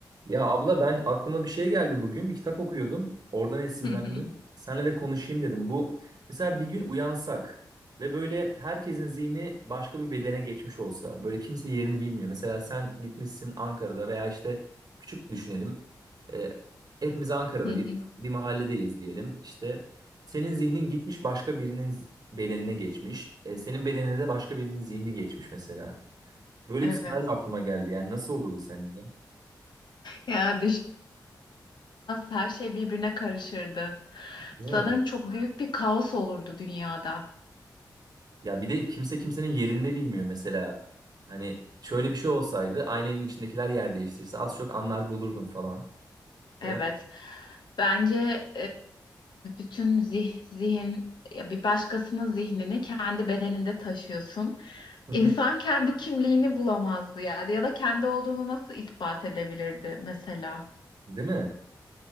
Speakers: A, on the right (about 60°); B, on the left (about 75°).
A: Ya abla ben aklıma bir şey geldi bugün. Bir kitap okuyordum. Oradan esinlendim.
B: Hı hı,
A: Seninle de konuşayım dedim. Bu mesela bir gün uyansak ve böyle herkesin zihni başka bir bedene geçmiş olsa. Böyle kimse yerini bilmiyor. Mesela sen gitmişsin Ankara'da veya işte küçük düşünelim. Ee, hepimiz Ankara'dayız.
B: hı hı.
A: Bir mahalledeyiz diyelim. İşte senin zihnin gitmiş başka birinin z- bedenine geçmiş. Ee, senin bedenine de başka birinin zihni geçmiş mesela. Böyle
B: Evet.
A: bir senaryo aklıma geldi. Yani nasıl olurdu sence?
B: Ya aslında birbirine karışırdı.
A: Değil
B: Sanırım
A: mi?
B: çok büyük bir kaos olurdu dünyada.
A: Ya bir de kimse kimsenin yerinde bilmiyor mesela. Hani şöyle bir şey olsaydı aynı evin içindekiler yer değiştirse az çok anlar bulurdum falan.
B: Evet.
A: Değil mi?
B: Bence tüm zih, zihin ya bir başkasının zihnini kendi bedeninde taşıyorsun.
A: Hı
B: İnsan
A: hı.
B: kendi kimliğini bulamazdı yani ya da kendi olduğunu nasıl ispat edebilirdi mesela?
A: Değil mi?